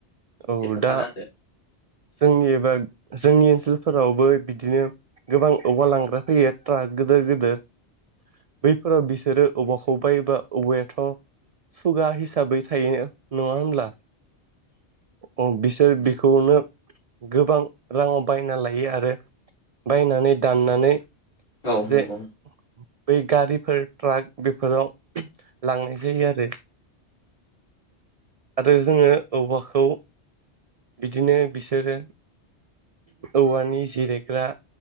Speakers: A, on the right; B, on the left.
A: औ
B: एसे खोन्थाना
A: दा जोंनि एबा जोंनि ओनसोलफोरावबो बिदिनो गोबां औवा लांग्रा फैयो। ट्राक गोदोर गोदोर बैफोराव बिसोरो औवाखौ बायोबा औवायाथ' सुगा हिसाबै थायो नङा होमब्ला? औ बिसोर बेखौनो गोबां राङाव बायना लायो आरो बायनानै दाननानै
B: औ
A: जे
B: नंगौ।
A: बै गारिफोर ट्राक बेफोराव लांनाय जायो आरो। आरो जोङो औवा खौ बिदिनो बिसोरो औवानि जिरायग्रा